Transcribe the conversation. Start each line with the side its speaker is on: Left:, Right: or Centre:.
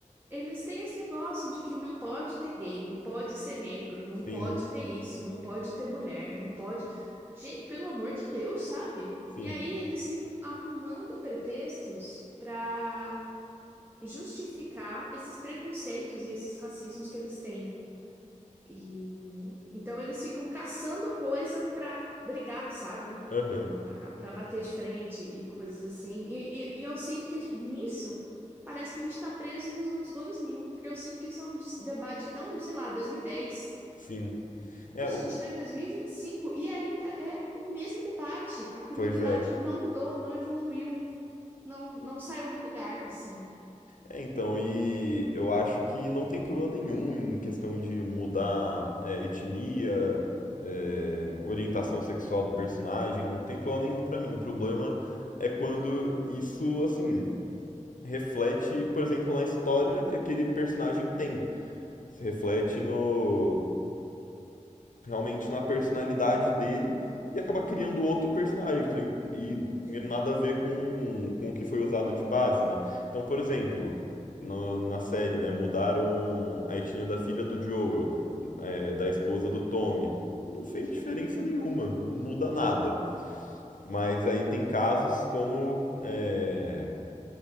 Right: eles têm esse negócio de que não pode ter gay, não pode ser negro, não pode
Left: Sim,
Right: ter isso, não pode ter mulher, não pode. Gente, pelo amor de Deus, sabe?
Left: sim.
Right: E aí eles ficam arrumando pretextos pra justificar esses preconceitos e esses racismos que eles têm. E então eles ficam caçando coisa pra brigar, sabe?
Left: Aham,
Right: Pra, pra bater de frente e coisas assim. E, e, e eu sinto que a gen- nisso parece que a gente tá preso nos anos 2000 porque eu sinto que isso é um dis- debate tão, sei lá, dois mil e dez
Left: sim. É,
Right: Poxa,
Left: o-
Right: a gente tá em 2025 e vinte e cinco e ainda é o mesmo debate. A comunidade
Left: pois é.
Right: não mudou, não evoluiu, não, não saiu do lugar, assim.
Left: É, então, e eu acho que não tem problema nenhum em questão de mudar é, etnia, é, orientação sexual do personagem, não tem problema nenhum pra mim. O problema é quando isso, assim. reflete, por exemplo, na história que aquele personagem tem. Se reflete no realmente na personalidade dele e acaba criando outro personagem. Então, e
Right: Sim.
Left: e nada a ver com, com o que foi usado de base, né? Então, por exemplo, na, na série, né, mudaram a etnia da filha do Joel, é, da esposa do Tommy. Não fez diferença nenhuma, não muda nada.
Right: Sim.
Left: Mas aí tem casos como. é,